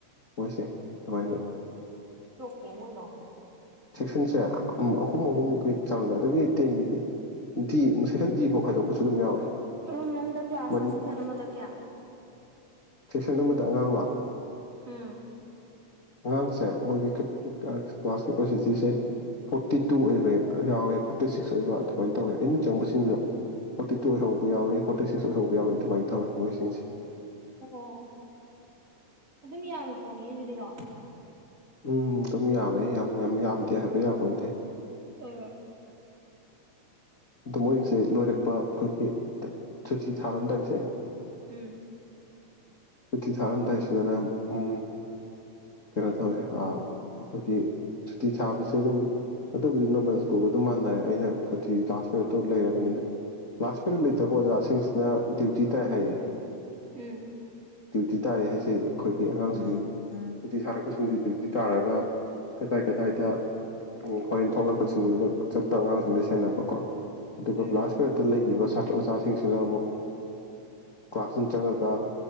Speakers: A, on the left; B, on the right.
A: ꯃꯣꯏꯁꯦ ꯑꯗꯨꯃꯥꯏꯅ
B: ꯀꯉꯗꯣ
A: ꯆꯦꯛꯁꯟꯁꯦ ꯑꯍꯨꯝ ꯑꯍꯨꯝꯃꯨꯛꯀꯤ
B: ꯎꯝ
A: ꯆꯥꯡꯗ ꯑꯗꯒꯤ ꯇꯦꯟꯒꯤꯗꯤ ꯗꯤ ꯁꯦꯛꯁꯟ ꯗꯤꯐꯥꯎ ꯈꯥꯏꯗꯣꯛꯄꯁꯨ ꯑꯗꯨꯝ ꯌꯥꯎꯋꯦ
B: ꯔꯨꯝ ꯑꯃꯗ ꯀ꯭ꯂꯥꯁ
A: ꯃꯗꯤ
B: ꯁꯦꯁꯟ ꯑꯃꯗ ꯀꯌꯥ
A: ꯁꯦꯛꯁꯟ ꯑꯃꯗ ꯑꯉꯥꯡ ꯂꯥꯛ
B: ꯎꯝ
A: ꯑꯉꯥꯡꯁꯦ ꯃ ꯀꯦꯄꯥꯁꯤꯇꯤꯁꯦ ꯐꯣꯔꯇꯤ ꯇꯨ ꯑꯣꯏꯕ ꯌꯥꯎꯏꯦ ꯐꯣꯔꯇꯤ ꯁꯤꯛꯁ ꯑꯣꯏꯕ ꯑꯗꯨꯃꯥꯏꯅ ꯇꯧꯋꯦ ꯑꯩꯅ ꯆꯪꯕꯁꯤꯡꯗꯨꯗꯣ ꯐꯣꯔꯇꯤ ꯇꯨ ꯑꯣꯏꯍꯧꯕ ꯌꯥꯎꯏꯤ ꯐꯣꯔꯇꯤ ꯁꯤꯛꯁ ꯑꯣꯏꯍꯧꯕ ꯌꯥꯎꯏꯤ ꯑꯗꯨꯃꯥꯏꯅ ꯇꯧꯋꯤ ꯃꯣꯏꯁꯤꯡꯁꯦ
B: ꯑꯣ ꯑꯗꯨꯝ ꯌꯥꯝꯃꯤ ꯄꯣꯠꯅꯤꯅꯦ ꯑꯗꯨꯗꯤꯀꯣ
A: ꯎꯝ ꯑꯗꯨꯝ ꯌꯥꯝꯃꯦ ꯌꯥꯝ ꯌꯥꯝ ꯌꯥꯝꯗꯦ ꯍꯥꯏꯕ ꯌꯥꯄꯗꯦ
B: ꯑ
A: ꯑꯣ ꯃꯣꯏꯒꯤꯁꯦ ꯂꯣꯏꯔꯛꯄ ꯑꯩꯈꯣꯏꯒꯤ ꯁꯨꯇꯤ ꯊꯥꯔꯝꯗꯧꯏꯁꯦ
B: ꯎꯝ
A: ꯁꯇꯤ ꯊꯥꯔꯝꯗꯥꯏꯁꯤꯗꯅ ꯎ ꯀꯩꯅꯣ ꯇꯧꯋꯦ ꯑꯩꯈꯣꯏꯒꯤ ꯁꯨꯇꯤ ꯊꯥꯕꯁꯦ ꯑꯗꯨꯝ ꯑꯗꯨꯕꯨꯗꯤ ꯅꯃꯀ ꯑꯗꯨꯝ ꯃꯥꯟꯅꯔꯦ ꯑꯩꯅ ꯇꯥꯁ ꯇꯣ ꯂꯩꯔꯕꯅꯤꯅ ꯂꯥꯁꯄꯤꯔ ꯂꯩ ꯇꯛ ꯑꯣꯖꯥꯁꯤꯡꯁꯤꯅ ꯗ꯭ꯌꯨꯇꯤ ꯇꯥꯏ ꯍꯥꯏꯌꯦ
B: ꯎꯝ
A: ꯗ꯭ꯌꯨꯇꯤ ꯇꯥꯏ ꯍꯥꯏꯁꯦ ꯑꯩꯈꯣꯏꯒꯤ ꯑꯉꯥꯡꯁꯤꯡ ꯗ꯭ꯌꯨꯇꯤ ꯁꯥꯔꯛꯄꯁꯤꯡꯁꯤ ꯗ꯭ꯌꯨꯇꯤ ꯇꯥꯔꯒ ꯀꯗꯥꯏ ꯀꯗꯥꯏꯗ ꯍꯣꯔꯦꯟ ꯊꯣꯛꯂꯛꯄꯁꯤꯡꯗꯨꯗ ꯆꯠꯄ ꯑꯉꯥꯡꯁꯤꯡꯗ ꯁꯦꯟꯅꯕ ꯑꯗꯨꯒ
B: ꯎꯝ
A: ꯀ꯭ꯂꯥꯁ ꯄꯦꯔꯗꯠꯇ ꯂꯩꯈꯤꯕ ꯁꯥꯇ꯭ꯔ ꯑꯣꯖꯥꯁꯤꯡꯁꯤꯅ ꯑꯃꯨꯛ ꯀ꯭ꯂꯥꯁ ꯔꯨꯝ ꯆꯪꯉꯒ